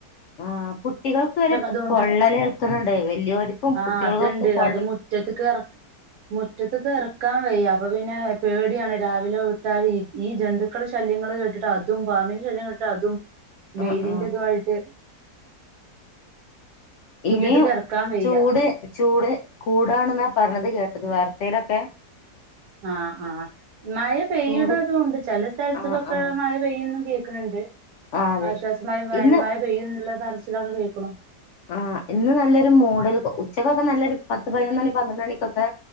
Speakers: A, on the left (about 70°); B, on the right (about 70°).
A: ആ കുട്ടികൾക്ക് വരെ
B: അതുകൊണ്ട്
A: പൊള്ളലേൽക്ണ്‌ണ്ട് വലിയവർക്കും
B: ആഹ്
A: കുട്ടികൾക്കൊക്കെ
B: അതുണ്ട്
A: പൊ
B: അത് മുറ്റത്ത് മുറ്റത്ത് എറക്കാൻ വയ്യ അപ്പൊ പിന്നെ പേടിയാണ് രാവിലെ ട്ടാഈ ഈ ജന്തുക്കളെ ശല്യങ്ങൾ കേട്ടിട്ട് അതും പാമ്പിന്റെ ശല്യം കേട്ടിട്ട് അതും വെയിലിന്റെതുമായിട്ട്
A: ആഹ് ആഹ് ഇനിയും
B: മുറ്റത്ത്ക്ക് ഇറക്കാൻ വയ്യ
A: ചൂട് ചൂട് കൂടാണ് ന്നാ പറഞ്ഞത് കേട്ടത് വാർത്തയിലൊക്കെ
B: ആഹ് ആഹ് മഴ പെയ്യ്ണതും
A: ചൂട്
B: ഉണ്ട് ചില സ്ഥലത്ത്ക്കൊക്കെ
A: ആഹ് ആഹ്
B: മഴ പെയ്യൊന്നും കേൾക്കണണ്ട്
A: ആഹ് അതെ
B: ആശ്വാസമായ വേനൽ
A: ഇന്ന്
B: മഴ പെയ്യും എന്നുള്ള പറച്ചിലൊക്കെ കേക്കുനു
A: ആഹ ഇന്ന് നല്ലൊരു മൂഡൽ ഉച്ചക്കൊക്കെ നല്ലൊരു പത്ത് പതിനൊന്ന് മണി പന്ത്രണ്ട് മണിക്കൊക്കെ